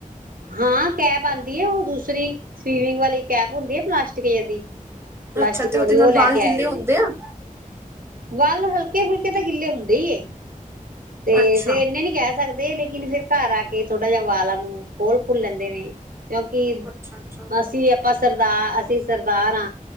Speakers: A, on the right (about 85°); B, on the right (about 15°).
A: ਹਾਂ ਕੈਪ ਆਉਂਦੀ ਹੈ ਉਹ ਦੂਸਰੀ ਸਵੀਮਿੰਗ ਵਾਲੀ ਕੈਪ ਹੁੰਦੀ ਹੈ ਪਲਾਸਟਿਕ ਦੀ ਪਲਾਸਟਿਕ
B: ਅੱਛਾ ਤੇ
A: ਵਾਲੀ
B: ਉਹਦੇ ਨਾਲ
A: ਉਹ ਲੈ
B: ਵਾਲ
A: ਕੇ ਆਏ
B: ਗਿੱਲੇ
A: ਦੇ
B: ਹੁੰਦੇ
A: ਨੇ
B: ਆ
A: ਵੱਲ ਹਲਕੇ ਫੁਲਕੇ ਤਾਂ ਗਿੱਲੇ ਹੁੰਦੇ ਹੀ ਤੇ
B: ਅੱਛਾ,
A: ਫੇਿਰ ਇਨੇ ਨੀ ਕਹਿ ਸਕਦੇ ਲੇਕਿਨ ਫਿਰ ਘਰ ਆ ਕੇ ਥੋੜਾ ਜਿਹਾ ਵਾਲਾਂ ਨੂੰ ਕੋਲ ਭੁੱਲਣਦੇ ਨੇ ਕਿਉਂਕਿ,
B: ਅੱਛਾ-ਅੱਛਾ
A: ਅਸੀਂ ਆਪਾਂ ਸਰਦਾਰ ਅਸੀਂ ਸਰਦਾਰ ਹਾਂ